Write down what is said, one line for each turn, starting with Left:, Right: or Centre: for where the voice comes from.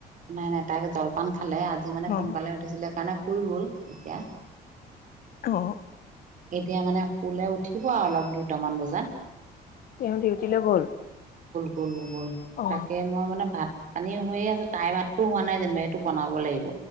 Right: নাই নাই তাই জলপান খালে আজি মানে
Left: অ
Right: সোনকালে উঠিছিলে কাৰণে শুই গ'ল এতিয়া
Left: অ
Right: এতিয়া মানে শুলে উঠিব আৱ অলপ দুটামান বজাত
Left: তেওঁ ডিউটিলৈ গ'ল
Right: গ'ল গ'ল
Left: অ
Right: তাকে মই মানে ভাত পানী হৈয়ে আছে তাইৰ ভাততো হোৱা নাই যেনিবা এইটো বনাব লাগিব